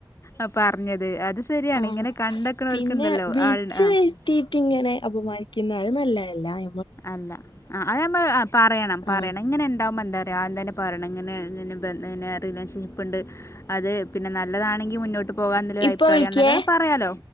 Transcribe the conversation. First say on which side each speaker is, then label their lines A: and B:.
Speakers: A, on the left; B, on the left.
A: അ പറഞ്ഞത്. അത് ശരിയാണ്
B: ആഹ്
A: ഇങ്ങനെ കണ്ടക്കണോർക്കുണ്ടല്ലോ
B: പിന്നെ വിളിച്
A: ആൾ ആഹ്
B: വരിത്തീട്ട് ങ്ങനെ അപമാനി ക്കുന്നഹ് അഹ് നല്ലേല്ല
A: അല്ല അഹ് അഹ് അമ്മഹ് അ പറയണം പറയണം.
B: ആ
A: ഇങ്ങനെ ഉണ്ടാവുമ്പോ എന്താആദ്യംതന്നെ പറയണം ങ്ങനെ പിന്നന്നെ പെണ്ണേന്നെ റിലേൻഷിപ്ണ്ട് അത് പിന്നെ നല്ലതാണെങ്കിൽ മുന്നോട്ട് പോകാ എന്നുള്ളൊരു
B: ഇപ്പൊ
A: അഭിപ്രായംമാണെന്നൊക്കെ
B: വിളിക്കേ
A: പറയാലോ